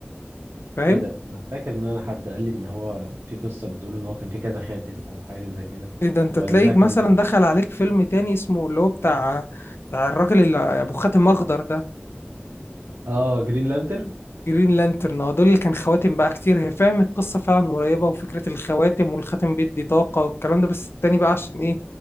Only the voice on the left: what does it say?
فاهم؟
إيه ده أنت
تلاقيك
مثلا دخل عليك فيلم تاني اسمه اللي هو بتاع بتاع الراجل اللي أبو خاتم أخضر ده
جرين لانترن اه دول اللي كان خواتم بقى كتير هي فاهم القصة فعلا قريبة وفكرة الخواتم والخاتم بيدي طاقة والكلام ده بس التاني بقى عشان ايه